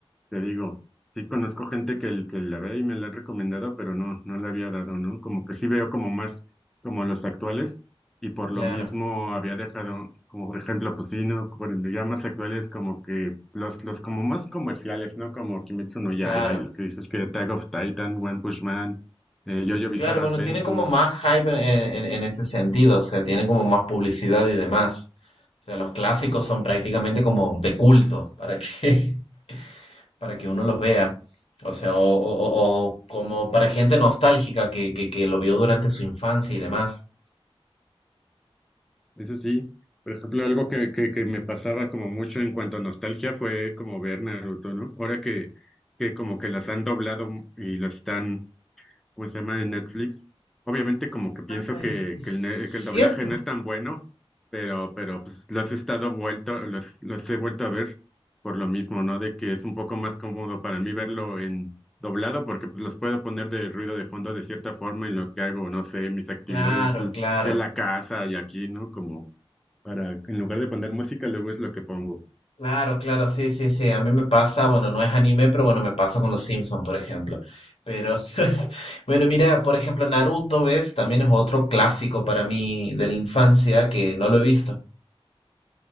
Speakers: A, in the centre; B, on the left (about 75°).
A: Te digo, sí conozco gente que, el- que la ve y me la ha recomendado, pero no, no la había dado, ¿no? Como que sí veo como más como los actuales y por lo
B: Claro,
A: mismo había dejado, como por ejemplo, pues sí, ¿no? Por el- ya más actuales como que los, los como más comerciales, ¿no? Como Kimetsu no Yaiba
B: claro,
A: y lo que dices que Tag of Titan, One Punch Man, eh, JoJo Bizarre
B: claro, bueno,
A: Adventures,
B: tienen como más hype en, en- en ese sentido, o sea, tienen como más publicidad y demás. O sea, los clásicos son prácticamente como de culto, ¿para qué? para que uno los vea. O sea, o, o- o- o como para gente nostálgica que, que, que lo vio durante su infancia y demás.
A: Eso sí, por ejemplo, algo que, que, que me pasaba como mucho en cuanto a nostalgia fue como ver Naruto, ¿no? Ahora que, que como que las han doblado y lo están, ¿cómo se llama? En Netflix. Obviamente como que pienso
B: Ay,
A: que,
B: es
A: que, el, ne- que el doblaje
B: cierto.
A: no es tan bueno, pero, pero pues los he estado vuelto, los, los he vuelto a ver por lo mismo, ¿no? De que es un poco más cómodo para mí verlo en doblado porque pues los puedo poner de ruido de fondo de cierta forma en lo que hago, no sé, mis actividades
B: Claro, claro.
A: de la casa y aquí, ¿no? Como para, en lugar de poner música, luego es lo que pongo.
B: Claro, claro, sí, sí, sí. A mí me pasa, bueno, no es anime, pero bueno, me pasa con los Simpson, por ejemplo. Pero, <laughs> bueno, mira, por ejemplo, Naruto, ¿ves? También es otro clásico para mí de la infancia que no lo he visto.